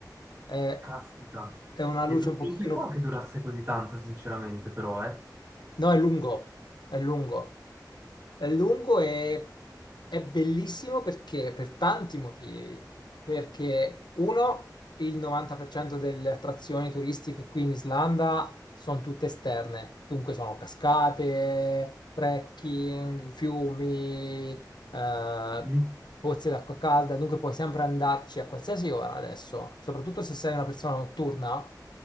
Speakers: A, on the left (about 85°); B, on the right (about 30°).
A: È,
B: caspita.
A: è una
B: E
A: luce
B: du-
A: un pochino
B: non pensavo che durasse così tanto, sinceramente, però,
A: No, è lungo, è lungo, è lungo e è bellissimo perché per tanti motivi. Perché uno, il 90% delle attrazioni turistiche qui in Islanda sono tutte esterne, dunque sono cascate, trekking, fiumi, eh,
B: eh.
A: pozze d'acqua calda, dunque puoi sempre andarci a qualsiasi ora adesso, soprattutto se sei una persona notturna